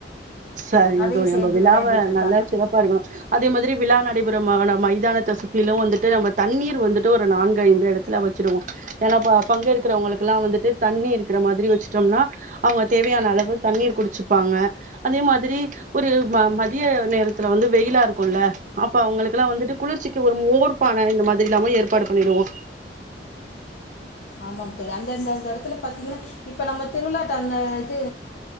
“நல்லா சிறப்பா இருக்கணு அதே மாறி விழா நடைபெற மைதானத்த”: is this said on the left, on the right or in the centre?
Right